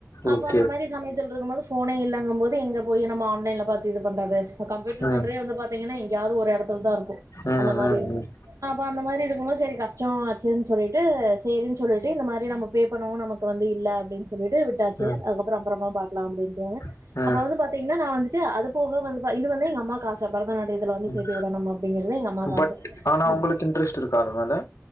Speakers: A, on the right; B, on the left.
A: அப்போ
B: ஓகே
A: அந்த மாரி சமயத்துல் இருக்கும்போது ஃபோனே இல்லங்கம் போது எங்க போயி நம்ம ஆன்லைன்ல பாத்து இது பண்றது இப்போ கம்யூட்டர்
B: ம்
A: சென்டரே வந்து பாத்தீங்கன்னா எங் எங்யாவது ஒரு எடத் துலதா இருக்கு
B: ம்
A: அந்த மாரி
B: ம் ம்
A: இருஞ்சு அப்போ அந்த மாரி இருக்கும் போது சேரி கஷ்டோ ஆச்சுன் சொல்லிட்டு சேரின் சொல்லிட்டு இந்த மாரி நம்ம பே பண்ணவு நமக்கு வந்து இல்ல அப்டின் சொல்லிட்டு விட்டா ச்சு
B: ம் ம்
A: அதுக்கப்புறோ அப்புறமா பாக்கலா அப்டின்ட்டு
B: ம்
A: அப்போ வந்து பாத்தீங்கன்னா நா வந்துட் டு அது போக வந்து ப இது வந்து எங்க அம்மாக் ஆச பரதநாட்டியத்துல வந்து சேத்தி
B: ம்
A: விடணும் அப்டிங்கிறது எங்க அம்மாவுக்கு
B: பட்
A: ஆச
B: ஆனா
A: நம்
B: உங்களுக்கு இன்ட்ரெஸ்ட் இருக்கா அது மேல